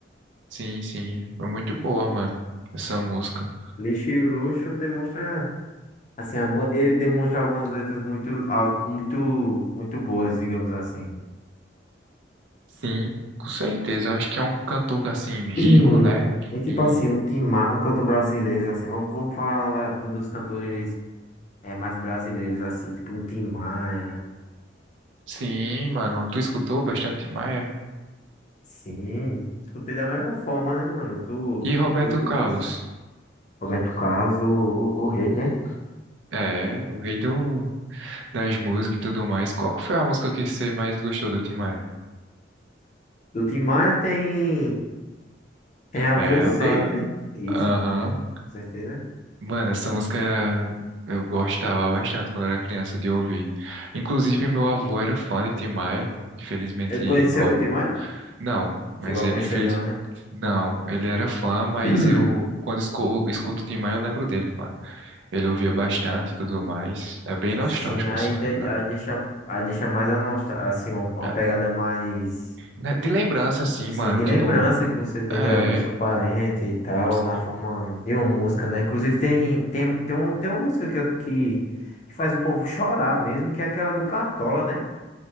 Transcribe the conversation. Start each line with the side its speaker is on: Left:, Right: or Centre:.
Right: Sim, sim, foi muito boa, mano, essa música.
Left: Lixo e o luxo demonstra, assim, algum, ele demonstra algumas letras muito, al- muito, muito boas, digamos assim. <clears throat>
Right: Sim, com certeza. Eu acho que é um cantor assim rico,
Left: Hum,
Right: né?
Left: É tipo
Right: Em-
Left: assim, um, tima, um canto brasileiro, assim, vamos, vamos falar do- dos cantores é, mais brasileiros, assim, tipo um Tim Maia,
Right: Sim, mano, tu escutou bastante Maia?
Left: Sim, escutei da melhor forma, né, mano? Tu,
Right: E Roberto
Left: tu escutas
Right: Carlos?
Left: Roberto Carlos, o, o, o rei, né?
Right: É, o rei do... das músicas e tudo mais. Qual que foi a música que você mais gostou do Tim Maia?
Left: Do Tim Maia tem, tem a você,
Right: Ela,
Left: né? Isso,
Right: aham.
Left: com certeza.
Right: Mano, essa música eu gostava bastante quando era criança de ouvir. Inclusive, meu avô era fã de Tim Maia. Infelizmente,
Left: Ele conheceu
Right: meu avô
Left: o Tim Maia?
Right: Não, mas
Left: Chegou a
Right: ele
Left: conhecer,
Right: infeliz
Left: não, né?
Right: Não, ele era fã, mas
Left: <clears throat>
Right: eu, quando esco- escuto o Tim Maia, eu lembro dele, mano. Ele ouvia bastante e tudo mais. É bem nostálgico,
Left: Sim, aí,
Right: assim,
Left: de-
Right: lembrar.
Left: aí deixa, aí deixa mais a nostalgia, assim, uma, uma
Right: É,
Left: pegada mais.
Right: né, De lembrança, assim,
Left: Sim,
Right: mano,
Left: de lembrança
Right: tipo,
Left: que você tem
Right: é,
Left: da, do seu parente e tal,
Right: sim,
Left: na forma de uma música, né? Inclusive tem, tem, tem, um, tem uma música que, eu- que, que faz o povo chorar mesmo, que é aquela do Cartola, né?